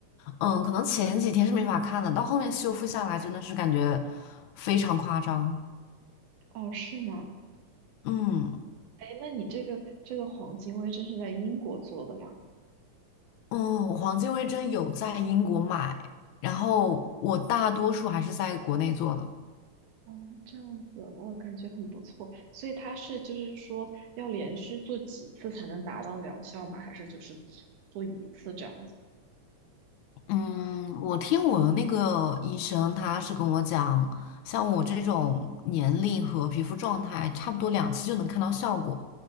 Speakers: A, on the left (about 80°); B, on the right (about 75°).
A: 嗯，可能前几天是没法看的，到后面修复下来真的是感觉非常夸张，
B: 哦，是吗？
A: 嗯。
B: 哎，那你这个这个黄金微针是在英国做的吗？
A: 嗯，我黄金微针有在英国买，然后我大多数还是在国内做的。
B: 哦，这样子我感觉很不错。所以它是就是说要连续做几次才能达到疗效吗？还是就是做一次这样子？
A: 嗯，我听我的那个医生，他是跟我讲，像我这种年龄和皮肤状态，差不多两次就能看到效果。